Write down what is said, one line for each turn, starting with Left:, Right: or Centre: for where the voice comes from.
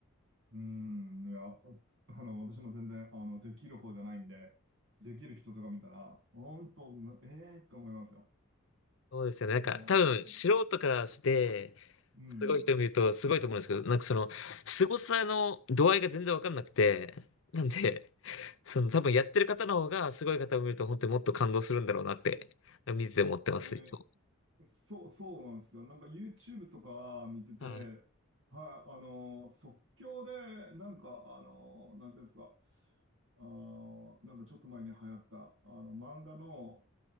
Right: うん、いや、あの、私も全然、あの、できる方じゃないんで、できる人とか見たら、本当、ええー、と思いますよ。
Left: そうですよね。なんか、
Right: ああ、
Left: 多分、素人からして、
Right: うん。
Left: すごい人見ると、すごいと思うんですけど、なんかその、凄さの度合いが全然わかんなくて、なんで、その、多分やってる方の方が、すごい方を見ると、本当にもっと感動するんだろうなって、見てて思ってます、
Right: え
Left: いつも。
Right: ーそう、そうなんですよ。なんか YouTube とか見てて、
Left: はい。
Right: はい、あの、即興で、なんか、あの、なんていうんですか、あー、なんかちょっと前に流行った、あの、漫画の、